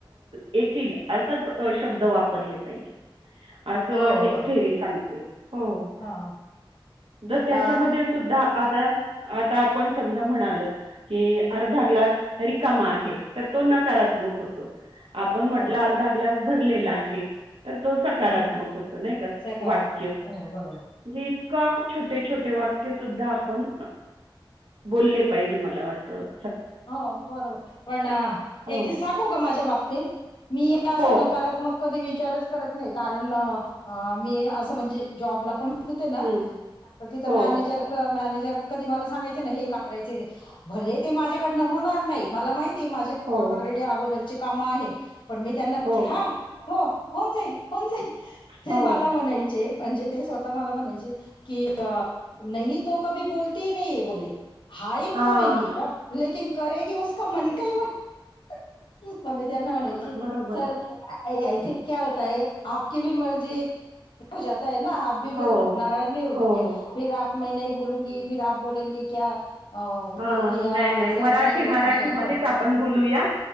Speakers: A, on the right; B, on the left.
A: येतील असच शब्द वापरले पाहिजे, अस
B: हो
A: एक
B: बर
A: थेरी सांगते हो
B: हा
A: त्याच्यामध्ये
B: अ
A: सुद्धा आता आता पण समजा म्हणालं. कि अर्धा ग्लास रिकामा आहे तर तो नकारात्मक होतो. आपण म्हटलं
B: हो
A: अर्धा ग्लास भरलेला आहे. तर तो सकारात्मक
B: हम्म
A: होतो नाही का
B: सकारात्मक
A: वाक्य
B: हो बरोबर
A: म्हणजे इतका छोटे छोटे वाक्य सुद्धा आपण बोलले पाहिजे मला वाट <inaudible>
B: हो बरोबर पण
A: हो
B: एक सांगू का माझ्या बाबतीत मी त्यां
A: हो
B: नकारात्मक कधी विचारच करत नाही कारण मी अस म्हणजे जॉब ला पण होते ना
A: हं.
B: तिथं
A: हो
B: मॅनेजर म कधी मला सांगायचे हे करायचा ते भले ते माझ्या कडन होणार नाही मला माहिती ती माझ्या
A: हो
B: ऑलरेडी अगोदरची काम आहे. पण मी त्यांना
A: हो
B: हा हो. होन जाईल कोन जाईल. ते
A: हो
B: मला म्हणायचे. म्हणजे ते स्वतः मला म्हणायचे की नाही तो कधी बोलती नाहीे बोले. हायय
A: हा
B: बोलंगी म लकन करेग उका मन काही मम् ममी त्यांना म्हणायची
A: बरोबर
B: सर अ ऐसे क्या होताय आपकी भी मर्जी एक हो जात ह ना आप भी फिर
A: हो
B: नाराज नाही हऊगे
A: हो
B: फिर आप म नाही बोलूंगी फिर आप बोलंगे क्या? हो
A: हां
B: बलदिया.
A: नाही नाही
B: असं
A: मराठी
B: तसं
A: मराठी
B: असं
A: मच आपण बोलूया